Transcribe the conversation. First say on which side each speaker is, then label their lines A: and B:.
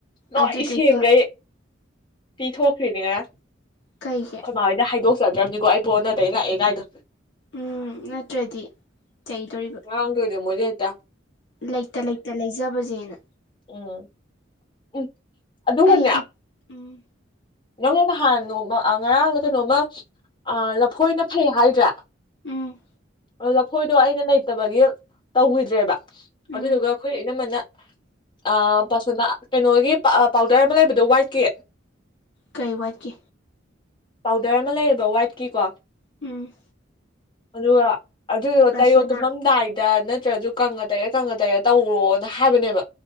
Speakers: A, on the left; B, on the left.
A: ꯅꯣꯏ
B: ꯑꯗꯨꯗꯨꯒ
A: ꯁꯦꯡꯈꯩ ꯄꯤꯊꯣꯛꯈ꯭ꯔꯤꯅꯦ ꯉꯔꯥꯡ
B: ꯀꯩꯒꯤ
A: ꯑꯩꯈꯣꯏꯃꯥ ꯍꯣꯏꯗ ꯍꯣꯏꯗꯣꯛ ꯆꯗ꯭ꯔꯕꯅꯤꯀꯣ ꯑꯩ ꯄꯣꯠ ꯑꯣꯟꯅ ꯇꯩꯅꯅ ꯂꯥꯥꯛꯑꯦ ꯀꯥꯏꯗꯣ
B: ꯎꯝ ꯅꯠꯇ꯭ꯔꯗꯤ ꯆꯩꯗꯧꯔꯤꯕ
A: ꯉꯥꯡꯗꯣꯏꯅꯤ ꯃꯣꯏꯗꯤ ꯍꯦꯛꯇꯥ
B: ꯂꯩꯇ ꯂꯩꯇ ꯂꯩꯖꯕꯖꯦꯅ
A: ꯎꯝ ꯎꯝ ꯑꯗꯨꯒꯅꯦ
B: ꯑꯩꯗꯤ ꯎꯝ
A: ꯅꯪꯉꯣꯟꯗ ꯅꯍꯥꯟ ꯅꯣꯡꯃ ꯉꯔꯥꯡꯂ ꯀꯩꯅꯣꯝꯃ ꯑꯥ ꯂꯐꯣꯏꯅ ꯐꯩ ꯍꯥꯏꯗ꯭ꯔꯥ
B: ꯎꯝ
A: ꯑꯣ ꯂꯐꯣꯏꯗꯣ ꯑꯩꯅ ꯂꯩꯇꯕꯒꯤ ꯇꯧꯈꯤꯗ꯭ꯔꯦꯕ ꯑꯗꯨꯗꯨꯒ
B: ꯎꯝ
A: ꯑꯩꯈꯣꯏ ꯏꯅꯝꯃꯅ ꯑ <unintelligible> ꯀꯩꯅꯣꯒꯤ ꯄꯥꯎꯗꯔ ꯑꯃ ꯂꯩꯕꯗꯣ ꯋꯥꯏꯠꯀꯤ
B: ꯀꯩ ꯋꯥꯠꯀꯤ
A: ꯄꯥꯎꯗꯔ ꯑꯃ ꯂꯩꯌꯦꯕ ꯋꯥꯏꯠꯀꯤꯀꯣ
B: ꯎꯝ
A: ꯑꯗꯨꯒ ꯑꯗꯨꯗꯨ
B: ꯄꯔꯁꯣꯅꯥ
A: ꯇꯩꯌꯣ ꯇꯨꯝꯃꯝꯗꯥꯏꯗ ꯅꯠꯇ꯭ꯔꯁꯨ ꯀꯪꯉ ꯇꯩꯔ ꯀꯪꯉ ꯇꯩꯔꯦ ꯇꯧꯔꯣꯅ ꯍꯥꯏꯕꯅꯦꯕ